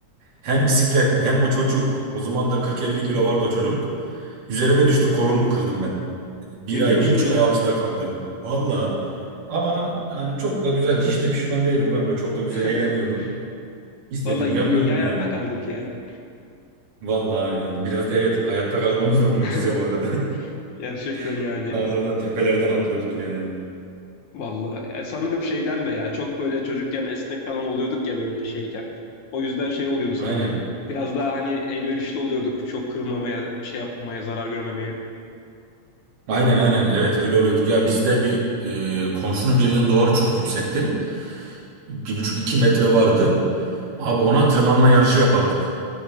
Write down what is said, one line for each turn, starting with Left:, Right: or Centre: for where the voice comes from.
Right: Hem bisiklet hem o çocuk o zaman da 40-50 kilo vardı o çocuk. Üzerime düştü kolumu kırdım ben. Bir
Left: Ne
Right: ay,
Left: diyorsun
Right: bir buçuk
Left: ya?
Right: ay alçıda kaldı. Valla. Ama yani çok da güzel. Hiç de pişman değilim kanka. Çok
Left: <laughs>
Right: da güzel eğleniyordum. İstediğimi
Left: Vallahi iyi,
Right: yapıyordum
Left: iyi hayatta
Right: yani.
Left: kaldık ya.
Right: Valla yani. Biraz da evet hayatta kalmamız da mucize
Left: <laughs>
Right: bu arada.
Left: Gerçekten
Right: <laughs>
Left: yani.
Right: Dağlardan, tepelerden atlıyorduk ya.
Left: Vallahi E, sanırım şeyden de ya çok böyle çocukken esnek falan oluyorduk ya böyle şeyken. O yüzden şey oluyordu sanırım.
Right: Aynen.
Left: Biraz daha hani elverişli oluyorduk. Çok kırılmamaya, şey yapmamaya, zarar görmemeye.
Right: Aynen aynen. Evet öyle oluyorduk. Ya bizde bir e, komşunun birinin duvarı çok yüksekti. Bir buçuk iki metre vardı. Abi ona tırmanma yarışı yapardık.